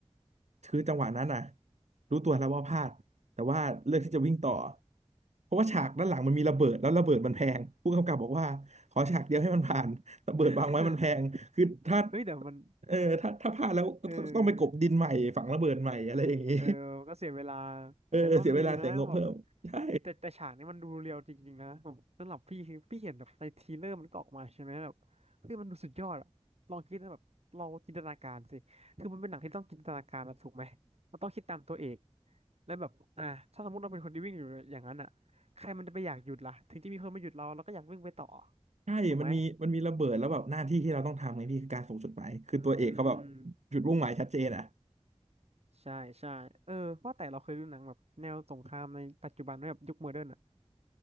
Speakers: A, on the right; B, on the right.
A: คือจังหวะนั้นน่ะรู้ตัวแล้วว่าพลาดแต่ว่าเลือกที่จะวิ่งต่อเพราะว่าฉากด้านหลังมันมีระเบิดแล้วระเบิดมันแพงผู้กำกับบอกว่าขอฉากเดียวให้มันผ่านระเบิดวางไว้มันแพงคือถ้า
B: <laughs> เฮ้ยแต่มัน
A: เออถ้าถ้าพลาดแล้วก็ก็ต้องไปกลบดินใหม่ฝังระเบิดใหม่อะไรอย่างนี้
B: เออเออมันก็เสียเวลา
A: เออเสียเวลาเสียงบเพิ่มใช่
B: แต่พี่ว่ามันดีนะแบบคือแต่แต่ฉากนี้มันดูเรียวจริงๆนะผมสำหรับพี่คือพี่เห็นแบบในทีเลอร์มันก็ออกมาใช่ไหมแบบเฮ้ยมันดูสุดยอดอะลองคิดนะแบบเราจินตนาการสิคือมันเป็นหนังที่ต้องจินตนาการนะถูกไหมเราต้องคิดตามตัวเอก แล้วแบบอ่าถ้าสมมติเราเป็นคนที่วิ่งอยู่อย่างนั้นอ่ะใครมันจะไปอยากหยุดล่ะถึงจะมีคนมาหยุดเราเราก็อยากวิ่งไปต่อ
A: ใช่มันมีมันมีระเบิดแล้วแบบหน้าที่ที่เราต้องทำไงพี่คือการส่งจดหมายคือตัวเอกเขาแบบ
B: ถูกไหม อืม
A: จุดมุ่งหมายชัดเจนอะ
B: ใช่ใช่เออว่าแต่เราเคยดูหนังแบบแนวสงครามในปัจจุบันไหมแบบยุคโมเดิร์นอ่ะ